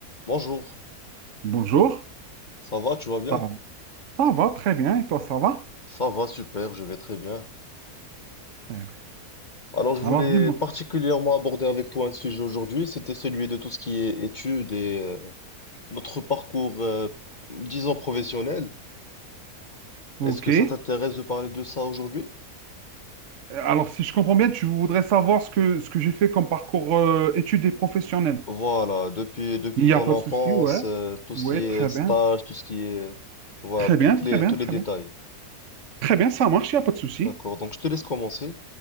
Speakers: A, on the left; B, on the right.
A: Bonjour,
B: Bonjour,
A: ça va, tu vas bien?
B: ça, ça va très bien et toi ça va?
A: Ça va, super, je vais très bien.
B: Très bien.
A: Alors, je voulais
B: Alors dis-moi.
A: particulièrement aborder avec toi un sujet aujourd'hui, c'était celui de tout ce qui est études et euh, notre parcours, euh, disons, professionnel.
B: Ok.
A: Est-ce que ça t'intéresse de parler de ça aujourd'hui?
B: Alors si je comprends bien, tu voudrais savoir ce que, ce que j'ai fait comme parcours euh, études et professionnelles.
A: Voilà, depuis, depuis
B: Il n'y
A: ton
B: a pas
A: enfance,
B: de souci, ouais.
A: euh, tout ce
B: Ouais,
A: qui
B: très
A: est
B: bien.
A: stage, tout ce qui est... Voilà,
B: Très
A: toutes
B: bien, très
A: les,
B: bien,
A: tous les
B: très
A: détails.
B: bien. Très bien, ça marche, il n'y a pas de souci.
A: D'accord, donc je te laisse commencer.